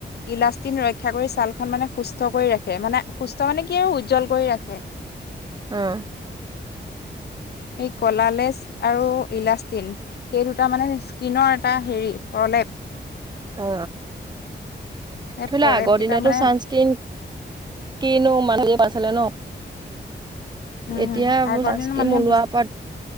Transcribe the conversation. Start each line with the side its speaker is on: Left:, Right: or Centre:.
Left: ইলাষ্টিন ৰক্ষা কৰি ছালখন মানে সু সুস্থ কৰি ৰাখে মানে সুস্থ মানে কি আৰু উজ্জ্বল কৰি ৰাখে
Right: আহ
Left: এই কলালেচ আৰু ইলাষ্টিন সেই দুটা মানে স্কিনৰ এটা হেৰি প্ৰলেপ
Right: অ
Left: সেই
Right: ধৰি
Left: প্ৰলেপ
Right: লোৱা আগৰ
Left: কেইটা
Right: দিনতো
Left: মানে
Right: চানস্ক্ৰীন কিনো মানুহ হে পাইছিলে ন
Left: উম
Right: এতিয়া
Left: আগৰ
Right: সক চাস্ক্ৰীন
Left: দিনৰ মানুহে
Right: ওলোৱা
Left: বুজি
Right: পা